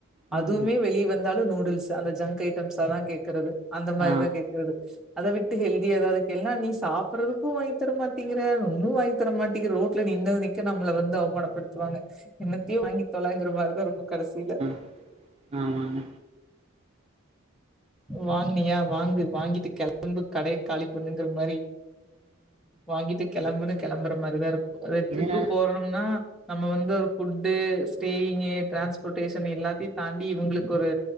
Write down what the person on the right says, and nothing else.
ம்.
ஆ,
ஆ. ஆமாங்க.
இதனால